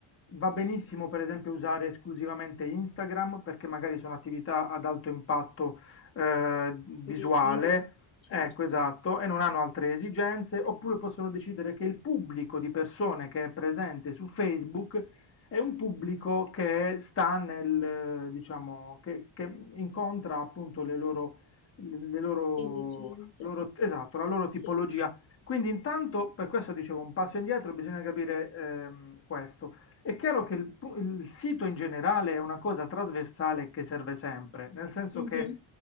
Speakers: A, on the left; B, on the left.
A: va benissimo per esempio usare esclusivamente Instagram perché magari sono attività ad alto impatto eh, visuale,
B: Visivo, certo.
A: ecco esatto, e non hanno altre esigenze, oppure possono decidere che il pubblico di persone che è presente su Facebook è un pubblico che sta nel, eh, diciamo, che che incontra appunto le loro le le loro,
B: Esigenze,
A: loro- esatto, la loro tipologia.
B: sì.
A: Quindi intanto, per questo dicevo, un passo indietro, bisogna capire ehm, questo. È chiaro che il, pu- il sito in generale è una cosa trasversale che serve sempre, nel senso
B: Mh-mh.
A: che